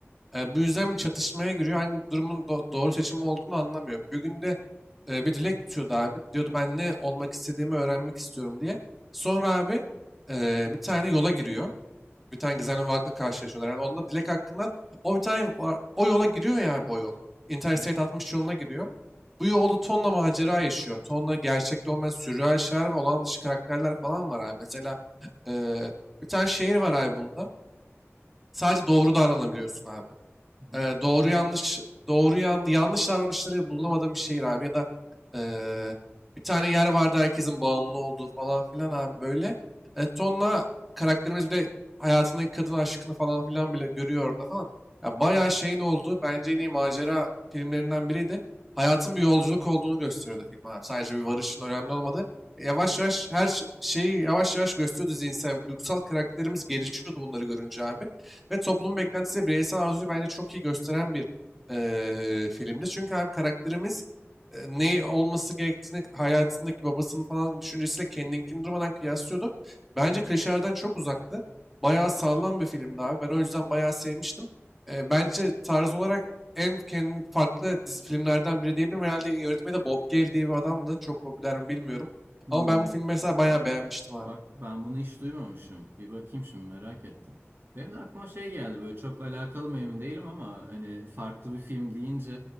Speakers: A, in the centre; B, on the right.
A: E, bu yüzden bir çatışmaya giriyor. Hangi durumun do- doğru seçim olduğunu anlamıyor. Bir günde e, bir dilek tutuyordu abi. Diyordu ben ne olmak istediğimi öğrenmek istiyorum diye. Sonra abi e, bir tane yola giriyor. Bir tane gizemli varlıkla karşılaşıyorlar. Yani onda Dilek hakkında o bir tane var- o yola giriyor ya bu yol. Interstate
B: Hı hı.
A: 60 yoluna giriyor. Bu yolda tonla macera yaşıyor. Tonla gerçekte olmayan sürreal şeyler ve olağan dışı karakterler falan var abi. Mesela eee, bir tane şehir var abi bunda. Sadece doğru davranabiliyorsun abi.
B: Hı
A: Eee,
B: hı.
A: doğru yanlış doğru yan, yanlış davranışları bulamadığım bir şehir abi ya da eee, bir tane yer vardı herkesin bağımlı olduğu falan filan abi böyle. E, tonla karakterimiz bir de hayatındaki kadın aşkını falan filan bile görüyor orada falan. Ya bayağı şeyin olduğu bence en iyi macera filmlerinden biriydi. Hayatın bir yolculuk olduğunu gösteriyordu film abi. Sadece bir varışın önemli olmadı. Yavaş yavaş her ş- şeyi yavaş yavaş gösteriyordu zihinsel, ve duygusal karakterimiz gelişiyordu bunları görünce abi. Ve toplum beklentisi bireysel arzuyu bence çok iyi gösteren bir eee, filmdi. Çünkü hem karakterimiz e, ne olması gerektiğini hayatındaki babasının falan düşüncesiyle kendinkini durmadan kıyaslıyordu. Bence klişelerden çok uzaktı. Bayağı sağlam bir filmdi abi. Ben o yüzden bayağı sevmiştim. E, bence tarz olarak en kendi farklı dizi, filmlerden biri diyebilirim. Herhalde yönetmeni de Bob Gale diye bir adamdı. Çok popüler mi bilmiyorum.
B: Hmm.
A: Ama ben bu filmi mesela bayağı beğenmiştim abi.
B: Bak ben bunu hiç duymamışım. Bir bakayım şimdi merak ettim. Benim de aklıma şey geldi böyle çok alakalı mı emin değilim ama hani farklı bir film deyince